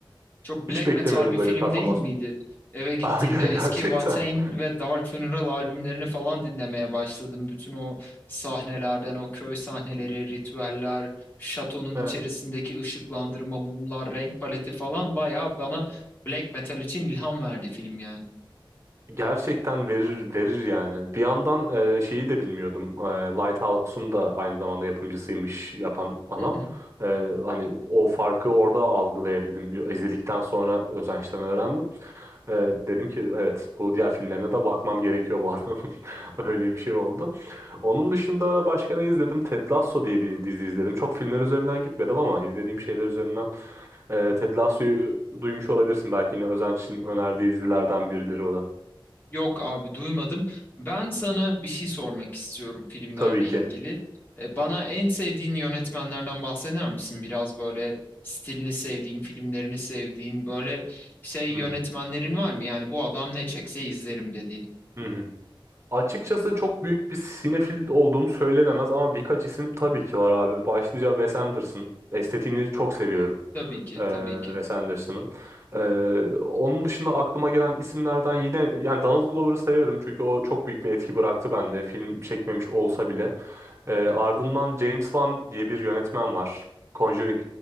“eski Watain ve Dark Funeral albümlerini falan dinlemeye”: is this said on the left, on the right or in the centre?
Left